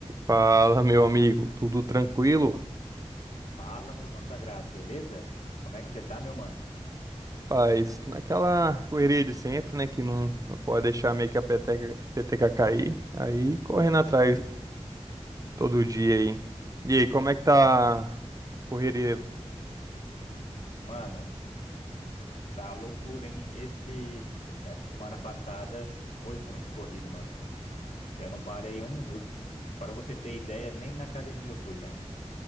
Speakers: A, on the right; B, on the left.
A: Fala, meu amigo, tudo tranquilo?
B: Fala, meu consagrado, beleza? Como é que você tá, meu mano?
A: Paz, naquela correria de sempre, né, que não, não pode deixar meio que a peteca, peteca cair, aí correndo atrás todo dia aí. E aí, como é que tá a correria?
B: Mano, tá loucura, hein? Esse, essa semana passada foi muito corrido, mano. Eu não parei um minuto. Para você ter ideia, nem na academia eu fui, velho.